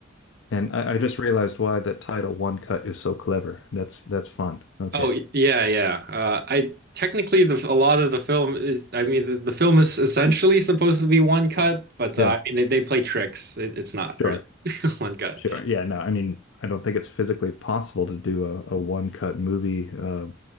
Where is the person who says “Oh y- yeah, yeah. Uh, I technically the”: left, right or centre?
Right